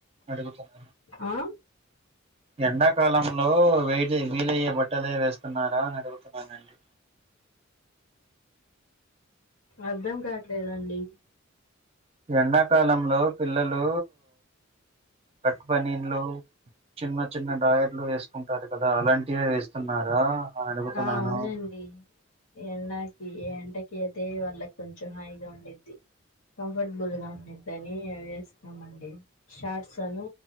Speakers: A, on the right; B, on the left.
A: అడుగుతున్నా
B: ఆ
A: ఎండాకాలంలో వేడి వీలయ్యే బట్టలే వేస్తున్నారా అని అడుగుతున్నానండి
B: అర్ధం కాట్లేదండి
A: ఎండాకాలంలో పిల్లలు కట్ బనీన్లు చిన్న చిన్న డయర్లు వేసుకుంటారు కదా అలాంటివే వేస్తున్నారా అని అడుగుతున్నాను
B: ఆ అవునండి ఎండాకి ఎండకి అయితే వాళ్ళకి కొంచెం హాయిగా ఉండిద్ది కంఫర్టబుల్ గా ఉండిద్దని అవి చేస్తామండి షార్ట్ ఆను